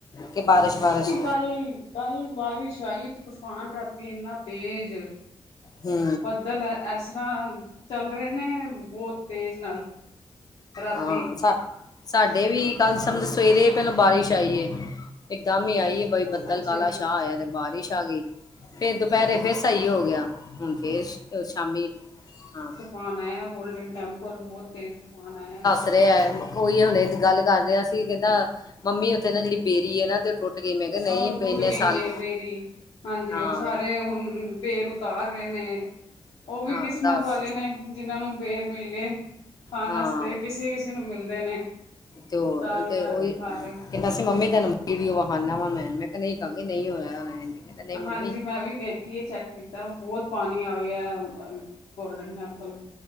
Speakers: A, on the left; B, on the left.
A: ਕਿ ਬਾਰਿਸ਼- ਬਾਰਿਸ਼।
B: ਹੱਲੀ ਕੱਲ ਬਾਰਿਸ਼ ਆਈ, ਤੂਫਾਨ ਰਾਤੀ ਇੰਨਾ ਤੇਜ਼
A: ਹੂੰ
B: ਦਲ ਇਸ ਤਰ੍ਹਾਂ ਚੱਲ ਰਹੇ ਨੇ, ਬਹੁਤ ਤੇਜ਼ ਨਾਲ। ਰਾਤੀ
A: ਹਾਂ ਸ ਸਾਡੇ ਵੀ ਕੱਲ ਸਮਝ ਸਵੇਰੇ ਪਹਿਲਾਂ ਬਾਰਿਸ਼ ਆਈ ਏ। ਇਕਦਮ ਹੀ ਆਈ ਬਾਈ ਬੱਦਲ
B: ਅੱਛਾ
A: ਕਾਲਾ
B: ਜੀ
A: ਸ਼ਾਹ ਆਇਆ ਤੇ ਬਾਰਿਸ਼ ਆ ਗਈ। ਫੇਰ ਦੁਪਹਿਰੇ ਫੇਰ ਸਹੀ ਹੋ ਗਿਆ ਹੁਣ ਫੇਰ ਸ਼ਾਮੀ ਹਾਂ।
B: ਫਾਨ ਆਇਐ ਗੋਲਡਨ ਟੈਂਪਲ ਬਹੁਤ ਤੇਜ਼ ਤੁਫਾਨ ਆਇਐ।
A: <unintelligible> ਓਈ ਹੁਣੇ ਗੱਲ ਕਰ ਰਿਹਾ ਸੀ ਕਹਿੰਦਾ ਮੰਮੀ ਉੱਥੇ ਨਾ ਜਿਹੜੀ ਬੇਰੀ ਹੈ ਨਾ ਤੇ ਗਈ ਮੈਂ ਕਿਹਾ ਨਹੀਂ
B: ਆਹੋ ਟੁੱਟ
A: ਇੰਨੇ
B: ਗਈ
A: ਸਾਲ
B: ਏ ਬੇਰੀ ਹਾਂਜੀ
A: ਹਾਂ
B: ਉਹ ਸਾਰੇ ਹੁਣ ਬੇਰ ਉਤਾਰ ਰਹੇ ਨੇ ਉਹ ਵੀ
A: ਹਾਂ
B: ਕਿਸਮਤ
A: ਦੱਸ
B: ਵਾਲੇ ਨੇ ਜਿਨਾਂ ਨੂੰ ਬੇਰ ਮਿਲ ਗਏ। ਖਾਣ
A: ਹਾਂ
B: ਆਸਤੇ ਕਿਸੀ ਕਿਸੀ ਨੂੰ ਮਿਲਦੇ ਨੇ
A: ਤੇ ਉਹ
B: ਉਤਾਰ ਉਤਾਰ
A: ਤੇ ਉਹੀ
B: ਕੇ ਖਾ ਰਹੇ।
A: ਕਹਿੰਦਾ ਸੀ ਮੰਮੀ ਤਾਨੂੰ ਵੀਡੀਓ ਵਹਾਨਾ ਵਾ ਮੈਂ ਮੈਂ ਕਿਹਾ ਨਹੀਂ ਕਾਕੇ ਨਹੀਂ ਹੋਆ ਹੋਣਾ ਇੰਝ ਕਹਿੰਦਾ ਨਹੀਂ ਮੰਮੀ।
B: ਹਾਂਜੀ ਮੈਂ ਵੀ ਦੇਖ ਖੀਏ ਚੈੱਕ ਕੀਤਾ ਬਹੁਤ ਪਾਣੀ ਆ ਗਿਐਂ ਗੋਲਡਨ ਟੈਂਪਲ।